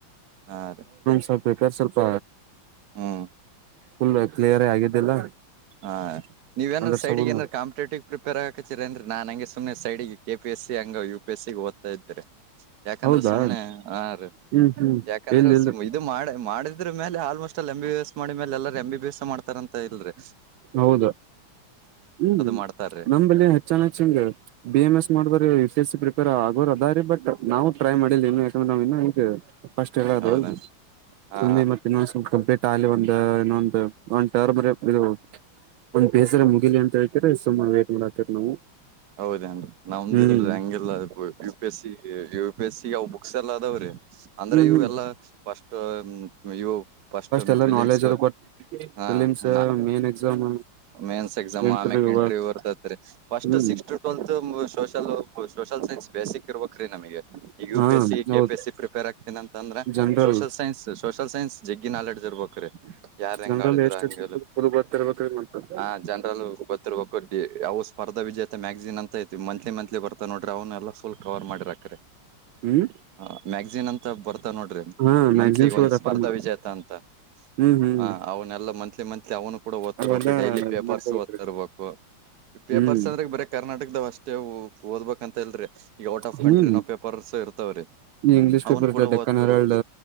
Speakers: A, on the right (about 55°); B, on the right (about 75°).
A: ಹಾ ರೀ
B: ಸ್ವಪ ಬೇಕಾರ್ ಸ್ವಲ್ಪ
A: ಹ್ಮ್
B: ಫುಲ್ ಕ್ಲಿಯರ್ ಆಗಿದ್ದಿಲ್ಲ
A: ಹಾ ನೀವೇನಾದಾರ
B: ಅದ್ರ
A: ಸೈಡ್
B: ಸಂಬಂಧ
A: ಏಾದ್ ಕಾಂಪಿಟೇಟಿ್ ಪ್ರಿಪೇರ್ ಹಕತ್ತೀರ ಅಂದ್ರ ನಾನ್ ಹಂಗೆ ಸುಮ್ನೆ ಸೈಡ್ಿಗೆ ಕೆ ಪಿ ಎಸ್ ಸಿ ಹಂಗ ಯು ಪಿ ಎಸ್ ಸಿ ಓದ್ತಾ ಇದರಿ ಯಾಕಂದ್ರೆ
B: ಹೌದಾ
A: ಸುಮ್ನೆ ಹಾ ರೀ
B: ಹ್ಮ್ ಹ್ಮ್
A: ಯಾಕಂದ್ರೆ
B: ಇಲ್ಲ ಇಲ್
A: ಇದು ಮಾಡ ಮಾಡ ಇದ್ರ ಮೇಲೆ ಆಲ್ಮೋಸ್ಟ್ ಅಲ್ಲಿ ಎಂಬ ಬಿ ಎಸ್ ಮಾಡ ಮೇಲೆ ಎಲ್ಲರ ಎ ಬಿ ಎಸ್ ಮಾಡತ ಅಂತಲ್ರಿ
B: ಹೌದಾ ಹ್ಮ್
A: ಮಾಡ್ತಾರ್ರಿ
B: ನಮಲ್ಲಿ ಹೆಚ್ಚ ಚನ್ ಬಿ ಎಂ ಎಸ್ ಮಾಡ್ಬಾರ ಪ್ರಿಪೇರ್ ಆಗೋ ಅದ ರಾರಿ ಬಟ್ ನಾವು ಟ್ರೈ ಮಾಡಿಲ್ಲ ಇನ್ನು ಯಾಕಂದ್ರೆ ನ ಇ ಈಗ ಫಸ್ಟ್ ಹೇಳದು
A: ಹೌದಾ ಹಾ
B: ತುಿ ಮತ್ತ ಇನ್ನೊಂದಂದು ಸ್ವಲ್ಪ ಕಂಪ್ಲೀಟ್ ಆಲ್ಲಿಲಿ ಒಂದು ಇನ್ನೊಂದು ಒ್ ಟರ್ ಬರ ಇದು ಒಂದ್ ಬೇಸರ ಮುಗಿಲಿ ಅಂತ ಹೇಳ್ತರ ಸುಮ ವೇ್ಟಟ್ ಮಾಡತ್ತಕ್ ನಾವು
A: ಹೌದೇಏನ್ರಿ ನಮ್ದಲ್ರ
B: ಹ್ಮ್
A: ಹೆಂಗಗೆಲ್ಲ ಯು ಪಿ ಎಸ್ಸ ಬೇಸಿಿಗೆವು ಬುಕ್ಸ ಎಲ್ಲ ಅ ಆದವ್ರೀ ಅಂದ್ರೆ
B: ಹ್ಮ್
A: ಇವು
B: ಹ್ಮ್
A: ಎಲ್ಲ ಫಸ್ಟ್ ಇವು ಫಸ್ಟ್
B: ಎಲ್ಲ
A: ಫಿಲಿಮ್ಸ್
B: ನಾಲೆಜ್ ಅದು ಗೊತ್ತ
A: ಹ
B: ಫಿಲಿಮ್ಸ್
A: ಹ
B: ಮೇನ್ ಎಕ್ಸಾಮ್
A: ಮನ್ಸ್ ಎಕ್ಸಾಮ್
B: ಇಂಟರ್ವ್ಯೂ
A: ಆಮ್ಯ ಇಂಟರ್ ಬರ್ದತ್ರಿ ಫಸ್ಟ್
B: ಹ್ಮ್
A: C social social science basic ಇರ್ಬೇಕ ರೀ ನಮಗೆ ಈಗ ಯು
B: ಹಾ
A: P S C K
B: ಹೌದು
A: P ಎಸ್ ಸಿ ಪ್ರಿಪೇರ್ ಆಗ್ತನ ಅಂದ್ರೆ
B: general
A: social science social science ಜಗ್ಗ ನಾಲೆಜ್ ಬಕರೆ ಯಾರ್ ಹೆಂಗ
B: ಜನರಲ್
A: ಆಿದ್ರ
B: ಎಷ್ಟ
A: ಹಂಗ
B: ಫುಲ್ ಗೊತ್ತಿರ್ಬೇಕ್ರಿ ಮತ್ತ
A: ಆ ಜನರಲ್ ಗೊತ್ತಿರ್ಕ್ಕ ಯಾವ ಸ್ಪರ್ದ ವಿಜೇತೆ ಮ್ಯಾಗ್ಸಿನ್ ಅಂತ ಐತಿವಿ ಮಂತ್ಲಿ ಮತ್ಲಿ ಬರ್ತ ನೋಡ್ರಿ ಅವ್ನ್ನ ಎಲ್ಲ ಫುಲ್ ಕವರ್ ಮಾಡಿರಾಕೆ
B: ಹ್ಮ್
A: ಹ ಮ್ಯಾಗಜಿನ್ ಅಂತ ಬರ್ತ ನೋಡ್ರಿ
B: ಹಾ ಮ್ಯಾಗಝಿನ್ಸ್
A: ಮಂತ್ಲಿ ಒಂದ್
B: ರೆಫರ್
A: ಸ್ಪರ್ಧಾ
B: ಮಾಡ
A: ವಿಜೇತ ಅಂತ
B: ಹ್ಮ್ ಹ್ಮ್
A: ಹಾ ಅವನ್ಲ್ಲ ಮ ಲಿ ಮಂತ್ಲಿ ಅವ್ನು ಕೂಡ ಓದ್ತಿರ್ಬೇಕು
B: ಅವೆಲ್ಲ
A: ಡೈಲಿ
B: ಇದ್
A: ಪೇಪರ್ಸ್
B: ಮಾಡ್ಕೋಬೇಕ್ರಿ
A: ಓದ್ತಿರ್ಬೇಕು ಪೇಪರ್ಸ್
B: ಹ್ಮ್
A: ಅಂದ್ರೆ ಬರ ಕರ್ನಾಟಕದಾವ್ ಅಷ್ಟೇ ಓದ್ಬೇಕಂತಲ್ರಿ ಈಗ ಔಟ್ ಆಫ್
B: ಹ್ಮ್
A: ಕಂಟ್ರಿ ನೋ ಪೇಪರ್ಸ್ ಇರ್ತವ್ರಿ
B: ಈ ಇಂಗ್ಲಿಷ್
A: ಅವ್ನು
B: ಪೇಪರ್ ಇದ್ದ
A: ಕೂಡ
B: ಡೆಕ್ಕನ್
A: ಓದ್ತರು
B: ಹೆರಾಲ್ಡ್